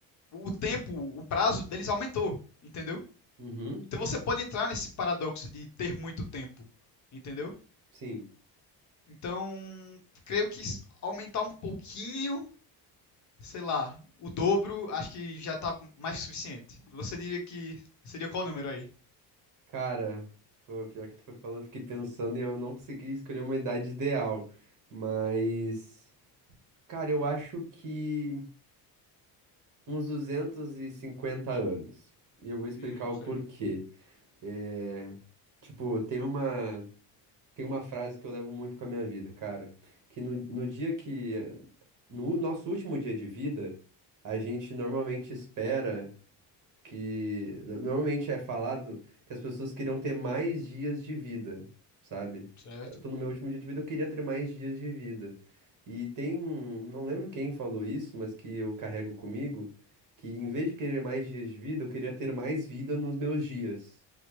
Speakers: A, on the left; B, on the right.
A: o tempo, o prazo deles aumentou, entendeu?
B: Uhum,
A: Então você pode entrar nesse paradoxo de ter muito tempo, entendeu?
B: sim.
A: Então, creio que s- aumentar um pouquinho, sei lá, o dobro, acho que já tá mais que suficiente. Você diria que seria qual número aí?
B: Cara, pô, pior que tu foi falando, eu fiquei pensando e eu não consegui escolher uma idade ideal. Mas. Cara, eu acho que uns 250 anos. E eu vou explicar
A: Hum, ok.
B: o porquê. É, Tipo, tem uma, tem uma frase que eu levo muito com a minha vida, cara. Que no, no dia que. No nosso último dia de vida, a gente normalmente espera que no- normalmente é falado que as pessoas queriam ter mais dias de vida, sabe?
A: Certo.
B: Tá- Tô no meu último dia de vida, eu queria ter mais dias de vida. E tem um, não lembro quem falou isso, mas que eu carrego comigo, que em vez de querer mais dias de vida, eu queria ter mais vida nos meus dias.